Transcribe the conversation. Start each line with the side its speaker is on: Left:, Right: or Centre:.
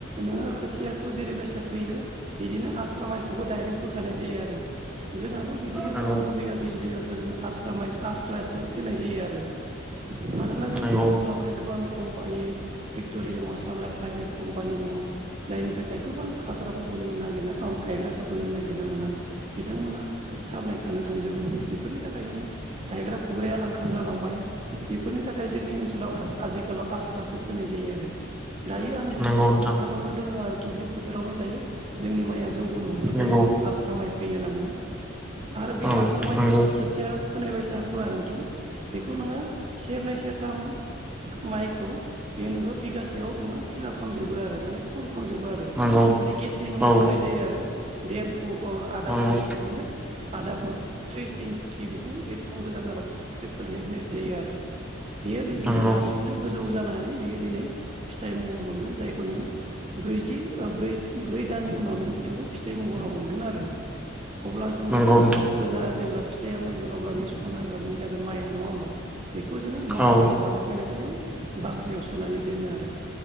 Right: नोङो खोथियाखौ जेरै बेसाग फैयो बिदिनो आस्रा माइखौबो दडाइरेक्ट फोखानाय जायो आरो जोंहाबो बिदिनो
Centre: नंगौ
Right: फन्द्र बिगा बिस बिघाखौ जोङो आस्रा आस्रासोब फैनाय जायो आरो मानोना जोंनि
Centre: नंगौ
Right: ओनसोलावहाय गोबां कम्पानि फेक्टरि दङ साप्लाइ प्राइभेट कम्पानि दङ जायनि थाखाय गोबां खाग्राफोरखौ औ गायग्राफोरखौ नागिरना मोना बिथांमोना साफ्लाय खानो बेफोरनि थाखाय जोङो गायग्रा फुग्राया आंखाल जालांबाय बेफोरनि थाखाय जोंनि ओनसोलाव आथिखालाव स्रायै फोनाय जायो आरो दायो आं दुब्लि
Centre: नंगौ
Right: फोथाराव
Centre: नोंथां
Right: फोथारावनो दायो जोंनि माइआ जौ बोनो हमबाय
Centre: नंगौ
Right: जायखौ जों आस्रा माइ फैयो होनना बुङो आरो बे
Centre: औ
Right: आस्रामायखौ
Centre: नंगौ
Right: जों फोनाय बायसा फोआ नोंथां बेखौ नोङो सेरनै सेरथाम माइखौ बे नोंखौ बिगासेयाव नोङो फिलाप खालामजोबो आरो माने फुल खालामजोबो आरो
Centre: नंगौ
Right: माने गेसेङै
Centre: औ
Right: फोनाय जायो आरो देर फु आदाफु
Centre: नंगौ
Right: बिदिनो आ फु थ्रि बिदिनो बे रखम गोजान जानाव फोनानै होनाय जायो आरो बेयो बिदिनो
Centre: नंगौ
Right: हारसिंनो गोजौ जादों बियो दिनै फिथाइ महर मोनगोन जायखौ नोङो ब्रैजि ब्रै दाननि उनाव बिथांखौ फिथाइ महाव मोन आरो अब्ला जोंखौ
Centre: नंगौ नोंथां
Right: बे फिथाइया मोनगोन अब्ला बे सना गाबनि जागोन माइया नङा होनोमबा बेखौ जोङो न फारसे
Centre: औ
Right: लाना फैनानै जोङो बाख्रियाव सोनानै दोनो आरो